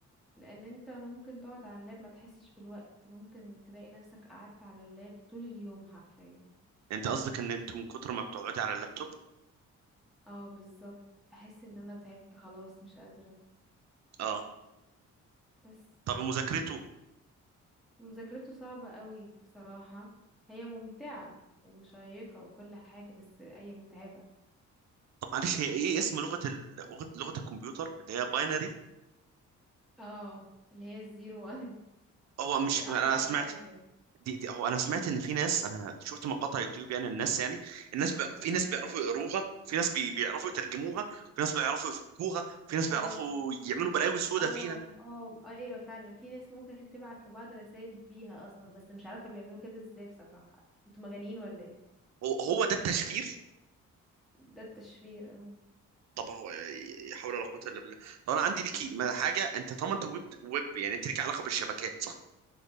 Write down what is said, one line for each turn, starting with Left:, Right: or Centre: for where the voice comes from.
Centre: لأن انت ممكن تقعد على اللاب ما تحسش بالوقت ممكن تلاقي نفسك قعدت على اللاب طول اليوم حرفيا
Right: أنت قصدك إن أنت من كتر ما بتقعدي على اللابتوب
Centre: اه بالظبط بحس ان انا تعبت خلاص مش قادرة
Right: أه
Centre: بس
Right: طب مذاكرته
Centre: مذاكرته صعبة قوي بصراحة هي ممتعة وشيقة وكل حاجة بس أي متعبة
Right: طب معلش هي إيه اسم لغة ال... لغة لغة الكمبيوتر اللي هي باينري
Centre: اه اللي هي الزيرو وان <laughs>
Right: هو مش
Centre: دي أصعب
Right: أنا سمعت
Centre: حاجة
Right: دي دي هو انا سمعت ان في ناس انا شفت مقاطع يوتيوب يعني الناس يعني الناس بيعرف في ناس بيعرفوا يقروها في ناس بي بيعرفوا يترجموها في ناس بيعرفوا يفكوها في ناس
Centre: اه
Right: بيعرفوا يعملوا بلاوي سودا
Centre: اه
Right: فيها
Centre: اه ايوه فعلا في ناس ممكن تبعت لبعض رسائل بيها اصلا بس مش عارفة بيعملوا كده ازاي بصراحة انتوا مجانين ولا ايه
Right: هو هو ده التشفير
Centre: ده التشفير اه
Right: طب هو لا حول ولا قوة الا بالله طب انا عندي ليكي
Centre: <laughs>
Right: ما- حاجة انت طبعا انت ويب ويب يعني انت ليكي علاقة بالشبكات صح